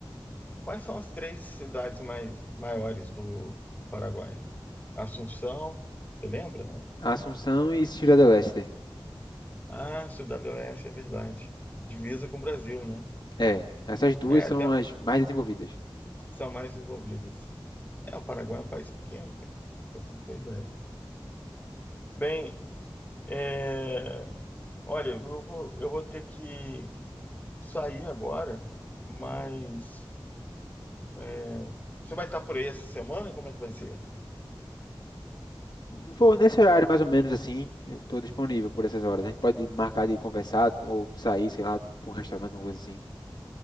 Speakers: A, on the left; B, on the left.
A: Quais são as três cidades mais maiores do Paraguai? Assunção, você lembra?
B: Assunção e Ciudad del Este.
A: Ah, Cidade do Oeste, é verdade. Divisa com o Brasil, né?
B: É, essas duas
A: É,
B: são
A: até
B: as mais desenvolvidas.
A: são mais desenvolvidas. É, o Paraguai é um país pequeno, cara. Só pra você ter ideia. Bem, é, olha, eu vou, eu vou ter que sair agora, mas é, você vai estar por aí essa semana? Como é que vai ser?
B: Vou nesse horário mais ou menos assim, eu tô disponível por essas horas. A gente pode marcar de conversar ou sair, sei lá, pra um restaurante, alguma coisa assim.